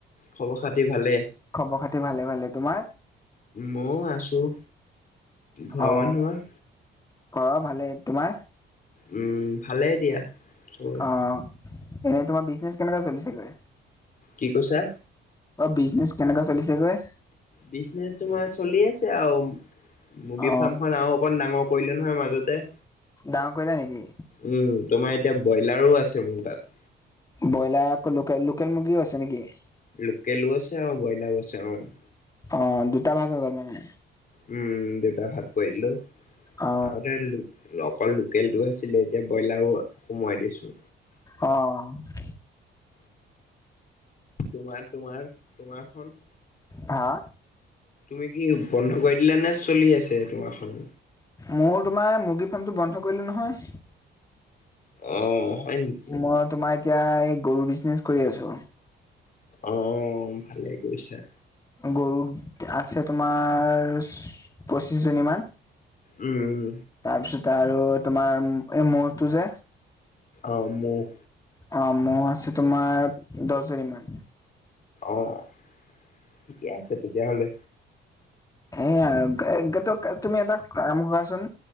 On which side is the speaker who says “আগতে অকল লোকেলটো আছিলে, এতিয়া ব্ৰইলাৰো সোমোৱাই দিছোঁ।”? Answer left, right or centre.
Left